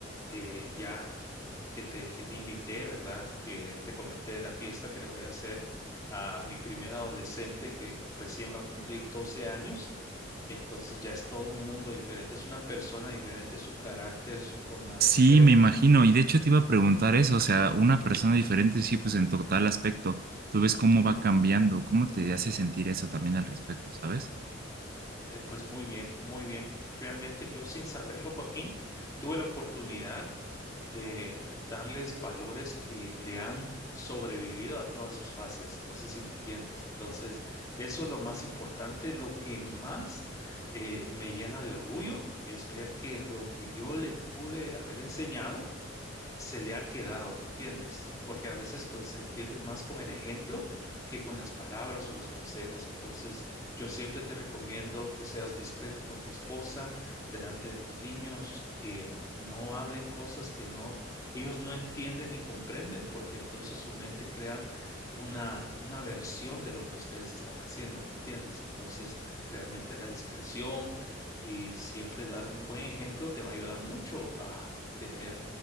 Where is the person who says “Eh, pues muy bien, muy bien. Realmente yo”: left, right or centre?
Left